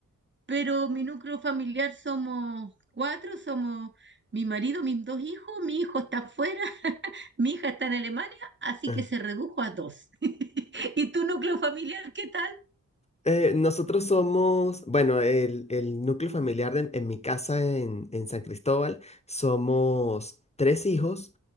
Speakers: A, on the right; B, on the left.
A: Pero mi núcleo familiar somos cuatro, somos mi marido, mis dos hijos, mi hijo está afuera, <laughs> mi hija está en Alemania, así
B: Ah.
A: que se redujo a dos. <laughs> ¿Y tu núcleo familiar qué tal?
B: Eh, nosotros somos, bueno, el, el núcleo familiar de- en mi casa en, en San Cristóbal, somos tres hijos,